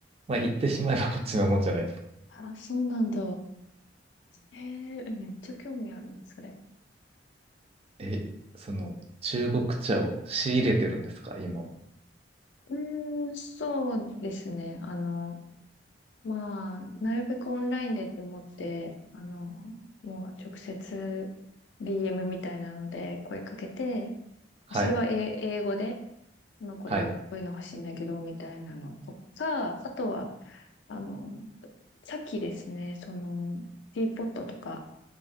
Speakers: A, on the right; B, on the left.
A: まあ、言ってしまえばこっちのもんじゃないですか。
B: あ、そうなんだ。えー、めっちゃ興味あるの、それ。
A: え、その、中国茶を仕入れてるんですか、今も。
B: うーん、そうですね。あの、まあ、なるべくオンラインでと思って、あの、もう直接 DM みたいなので声かけて、
A: はい、
B: それは英英語で、まあ、これ、
A: はい、
B: こういうの欲しいんだけど、みたいなのとか、あとは、あの、さっきですね、その、ティーポットとか